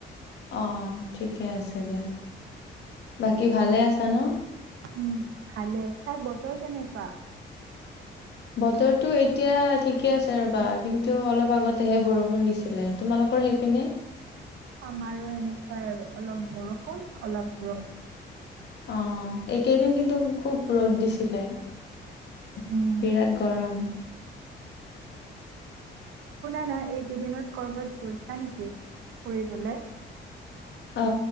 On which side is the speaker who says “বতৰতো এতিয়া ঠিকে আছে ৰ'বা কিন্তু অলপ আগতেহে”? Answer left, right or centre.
Left